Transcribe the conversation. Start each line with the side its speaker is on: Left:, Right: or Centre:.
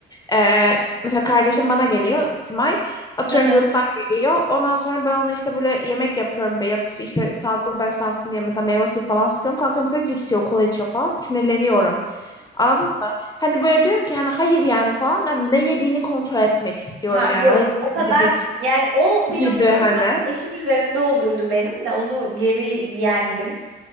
Left: eee, mesela kardeşim bana geliyor Simay. Atıyorum
Right: <laughs>
Left: yurttan geliyor. Ondan sonra ben ona işte böyle yemek yapıyorum. be- Yap, işte sağlıklı beslensin diye mesela meyve suyu falan sıkıyorum. Kalkıyor mesela cips yiyor, kola içiyor falan. Sinirleniyorum. Anladın mı? Hani böyle diyorum ki hani hayır yani falan. da ne yediğini kontrol etmek istiyorum
Right: Ha
Left: yani.
Right: yok
Left: Hani benim
Right: o kadar
Left: dediğim
Right: yani o bir
Left: gibi
Right: noktada
Left: hani.
Right: eşim üzerinde olduydu benim de onu geri yendim.